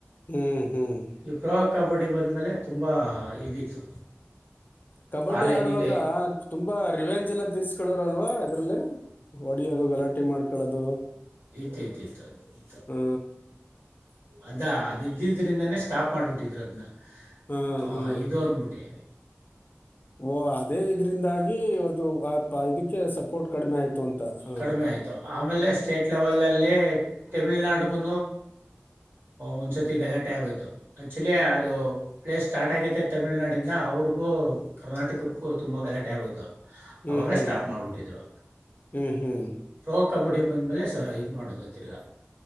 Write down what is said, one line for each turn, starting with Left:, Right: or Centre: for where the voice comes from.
Left: ಹ್ಮ್ ಹ್ಮ್
Right: ಈ ಪ್ರೋ ಕಬಡ್ಡಿ ಬಂದಮೇಲೆ ತುಂಬ ಇದಿತ್ತು
Left: ಕಬಡ್ಡಿ
Right: ಆ ಲೈನಿಂದ
Left: ಆಡುವಾಗ ತುಂಬಾ ರಿವೆಂಜ್ ಎಲ್ಲ ತೀರ್ಸ್ಕೊಳ್ಳೋರು ಅಲ್ವಾ ಇದ್ರಲ್ಲಿ ಒಡಿಯರು ಗಲಾಟೆ ಮಾಡ್ಕೊಳ್ಳೋದು
Right: ಇತತಿ ತ
Left: ಹ್ಮ
Right: ಅದಾ ಅದು ಇದಿದ್ದ್ರಿಂದನೇ ಸ್ಟಾಪ್ ಮಾಡಿಬಿಟ್ಟಿದ್ರು ಅದನ್ನ
Left: ಹ್ಮ್
Right: ಹ
Left: ಹ್ಮ್
Right: ಇದು ಅನ್ಬಿಟ್ಟೆ
Left: ಓ ಅದೇ ಇದರಿಂದಾಗಿ ಇದು ಇದಕ್ಕೆ ಸಪೋರ್ಟ್ ಕಡಿಮೆ ಆಯ್ತು ಅಂತ ಹ
Right: ಕಡಿಮೆ ಆಯಿತು ಆಮೇಲೆ ಸ್ಟೇಟ್ ಲೆವೆಲಲ್ಲಿ ತಮಿಳ್ನಾಡುಗು ಒಂದ್ಸರ್ತಿ ಗಲಾಟೆ ಆಗೋಯ್ತು ಆಕ್ಚುಲಿ ಅದು ಪ್ಲೇಸ್ ಸ್ಟಾರ್ಟ್ ಆಗಿದ್ದ ತಮಿಳ್ನಾಡಿಂದ ಅವ್ರಿಗೂ ಕರ್ನಾಟಕಕ್ಕೂ ತುಂಬ ಗಲಾಟೆ ಆಗೋಯಿತು
Left: ಹ್ಮ್
Right: ಆವಾಗ
Left: ಹ್ಮ್
Right: ಸ್ಟಾಪ್ ಮಾಡಿಬಿಟ್ಟಿದ್ರು
Left: ಹ್ಮ್ ಹ್ಮ್
Right: ಪ್ರೊ ಕಬಡ್ಡಿ ಬಂದಮೇಲೆ ಸಹ ಇದು ಮಾಡೋದು ತಿರ್ಗಾ